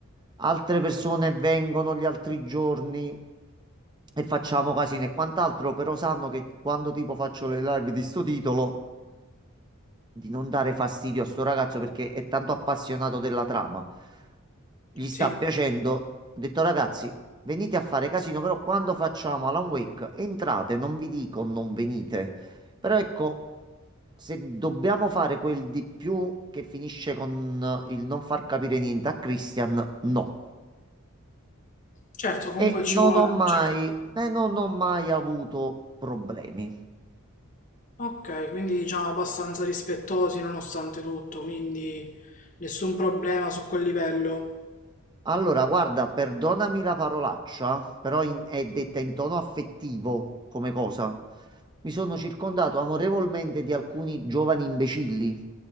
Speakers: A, on the right; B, on the left.
A: Altre persone vengono gli altri giorni e facciamo casino e quant'altro, però sanno che quando tipo faccio le live di sto titolo di non dare fastidio a sto ragazzo perché è tanto appassionato della trama. Gli sta
B: sì.
A: piacendo. Ho detto, ragazzi, venite a fare casino, però quando facciamo Alan Wake, entrate, non vi dico non venite. Però ecco, se dobbiamo fare quel di più che finisce con eh, il non far capire niente a Christian, no.
B: Certo, comunque
A: E
B: ci
A: non
B: vuole
A: ho
B: un
A: mai,
B: certo...
A: eh, non ho mai avuto problemi.
B: Ok, quindi diciamo abbastanza rispettosi nonostante tutto, quindi nessun problema su quel livello.
A: Allora, guarda, perdonami la parolaccia, però in- è detta in tono affettivo come cosa. Mi sono circondato amorevolmente di alcuni giovani imbecilli,